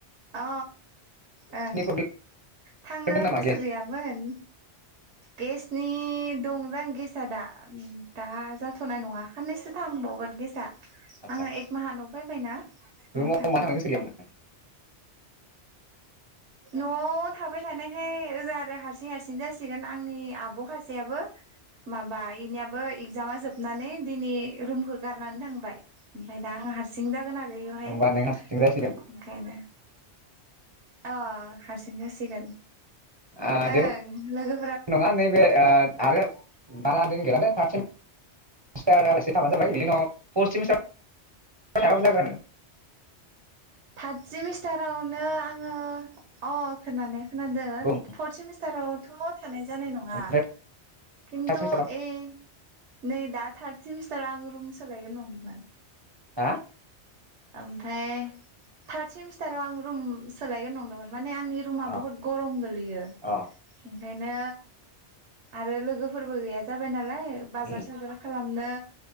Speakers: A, on the right; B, on the right.
A: अ ओं
B: प्रब्लेम
A: थांनो
B: दं नामा
A: गोसो
B: गेस
A: गैयामोन गेसनि दंजां गेसा दा दा जाथनाय नङा खानैसो थांबावगोन गेसाआ
B: आदसा
A: आङो एक माहा नयाव फैबायनाा नो
B: रुमाव
A: थागोन
B: मानो थांनो गोसो गैयामोन
A: नआव थाबाय थानायखाय ओजा आरो हारसिं हारसिं जासिगोन आंनि आब ससेयाबो माबा इनियाबो इगजामा जोबनानै दिनै रुमखौ गारनानै थांबाय ओमफफ्राय दा आं हारसिं जागोन आरो <unintelligible>
B: होमबा नों हारसिं जासिगोन
A: ओखायनो। अ हारसिं जासिगोन
B: ओ
A: ओं
B: जेबो
A: लोगो
B: नङा नैबे ओ आरो <unintelligible> <unintelligible> <unintelligible> फरसिमिसथार थाखाबो जागानो <unintelligible>
A: थार्द सेमिस्टारावनो आङो अ खोनानो खोनदो
B: बुं
A: फर्थ सेमिस्टाराव थ थानाय जानाय नङा
B: ओमफ्राय
A: खिन्थु
B: थार्द सेमिस्टाराव
A: ए नैदा थार्द सेमिस्टार आं रुम सालायगोन नंदोंमोन
B: हा
A: ओमफ्राय थार्द सेमिस्टाराव आं रुम सोलायगोन नंदोंमोन म माने आंनि रुमा
B: अ
A: बुहुत गरम गोलैयो
B: अ
A: । ओंखायनो आरो लोगोफोरबो गैया जाबाय ना। नालाय बाजार
B: उम
A: साजार खालामनो